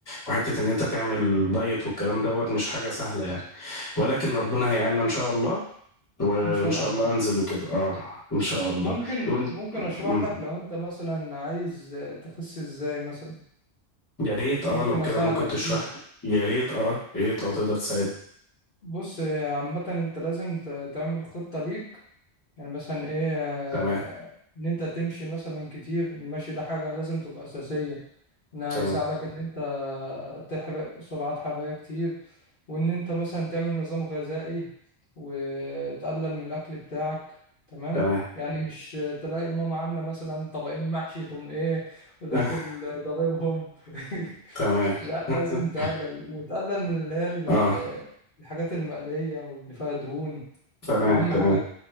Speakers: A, on the left; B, on the left.
A: وحتة ان انت تعمل دايت والكلام دوت مش حاجة سهلة يعني ولكن ربنا هيعيننا ان شاء الله وان
B: إن شاء
A: شاء
B: الله
A: الله انزل وكده اه ان شاء الله
B: ممكن
A: وانت
B: ممكن أشرح
A: مم.
B: لك لو أنت مثلا عايز تخس إزاي مثلا
A: يا ريت اه
B: ممكن
A: لو كده
B: أساعدك
A: ممكن تشرح
B: فيها
A: لي. يا ريت اه يا ريت لو تقدر تساعد
B: بص آه، عامة انت لازم ت- تعمل خطة ليك يعني مثلا ايه آه،
A: تمام
B: ان انت تمشي مثلا كتير المشي ده حاجة لازم تبقى أساسية انها
A: تمام
B: يساعدك ان انت تحرق سعرات حرارية كتير وان انت مثلا تعمل نظام غذائي وتقلل من الاكل بتاعك تمام
A: تمام
B: يعني مش تلاقي ماما عاملة مثلا طبقين محشي تقوم ايه وداخل
A: <laughs>
B: ضاربهم <laughs>
A: تمام
B: لا
A: <laughs>
B: لازم تقلل وتقلل من اللي هي ال-
A: اه
B: الحاجات المقلية واللي فيها دهون
A: تمام
B: واهم
A: تمام
B: حاجة